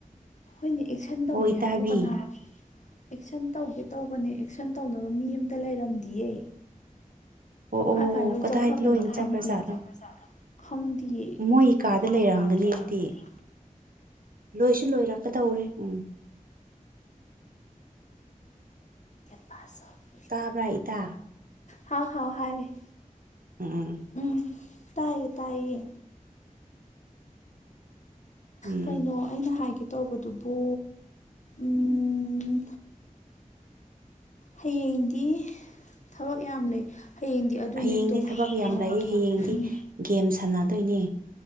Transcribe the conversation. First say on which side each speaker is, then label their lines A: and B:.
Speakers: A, on the left; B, on the right.
A: ꯑꯩꯈꯣꯏꯅꯦ ꯑꯦꯛꯁꯟ ꯇꯧꯒꯦ
B: ꯑꯣ ꯏꯇꯥꯕꯤ
A: ꯍꯥꯏꯕꯨ ꯀꯅꯥ ꯑꯦꯛꯁꯟ ꯇꯧꯒꯦ ꯇꯧꯕꯅꯦ ꯑꯦꯛꯁꯟ ꯇꯧꯅꯕ ꯃꯤ ꯑꯃꯇ ꯂꯩꯔꯝꯗꯤꯌꯦ
B: ꯑꯣ ꯑꯣ
A: ꯀꯥꯏ-ꯀꯥꯏ ꯂꯣꯏ
B: ꯀꯗꯥꯏꯗ
A: ꯆꯠꯈ꯭ꯔꯕꯅꯣ
B: ꯂꯣꯏꯅ
A: ꯈꯪꯗꯦ
B: ꯆꯠꯈ꯭ꯔꯖꯥꯠꯅꯣ
A: ꯈꯪꯗꯤꯌꯦ
B: ꯃꯣꯏ ꯀꯥꯗ
A: ꯃꯣꯏ
B: ꯂꯩꯔꯝꯒꯅꯤ
A: ꯀꯥꯗ ꯂꯩꯔꯝꯒꯅꯤ
B: ꯑꯗꯨꯗꯤ ꯂꯣꯏꯁꯨ ꯂꯣꯏꯔꯛꯀꯗꯧꯔꯦ ꯎꯝ
A: ꯄꯥꯁꯜ <unintelligible>
B: ꯇꯥꯕ꯭ꯔꯥ ꯏꯇꯥ
A: ꯍꯥꯎ-ꯍꯥꯎ ꯍꯥꯏꯔꯦ
B: ꯎꯝ ꯎꯝ
A: ꯎꯝ ꯇꯥꯏꯌꯦ-ꯇꯥꯏꯌꯦ
B: ꯎꯝ
A: ꯀꯩꯅꯣ ꯑꯩꯅ ꯍꯥꯏꯒꯦ ꯇꯧꯕꯗꯨꯕꯨ ꯎꯝ ꯍꯌꯦꯡꯗꯤ ꯊꯕꯛ ꯌꯥꯝ ꯂꯩ ꯍꯌꯦꯡꯗꯤ ꯑꯗꯨꯅꯦ
B: ꯍꯌꯦꯡꯗꯤ
A: ꯇꯣ
B: ꯊꯕꯛ ꯌꯥꯝ
A: ꯑꯥ
B: ꯂꯩꯌꯦ ꯍꯌꯦꯡꯗꯤ
A: ꯎꯝ
B: ꯒꯦꯝ ꯁꯥꯟꯅꯗꯣꯏꯅꯦ